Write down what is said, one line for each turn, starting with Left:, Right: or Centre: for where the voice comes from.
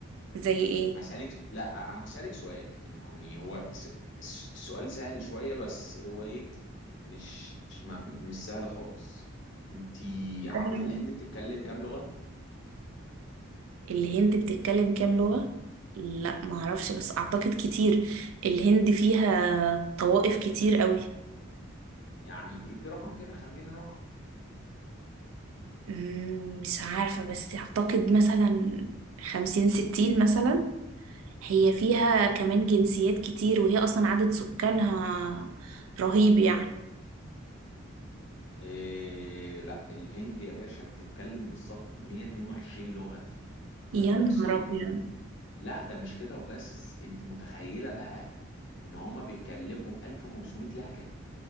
Right: زي ايه
Left: هسألك لا لا انا هسألك سؤال يعني هو س... س- السؤال سهل شوية بس هو ايه مش ما... مش سهل خالص انتي عارفة
Right: سهلة.
Left: الهند بتتكلم كام لغة
Right: الهند بتتكلم كام لغه لا معرفش بس اعتقد كتير الهند فيها طوائف كتير قوي
Left: يعني ادي رقم كده خمن رقم
Right: مم، مش عارفة بس أعتقد مثلا خمسين ستين مثلا هي فيها كمان جنسيات كتير وهي أصلا عدد سكانها رهيب يعني
Left: إيه لا الهند يا باشا بتتكلم بالظبط 122 لغة
Right: يا
Left: آه، رئيسية
Right: نهار أبيض
Left: لا ده مش كده وبس انت متخيلة بقى ان هما بيتكلموا ب 1500 لهجة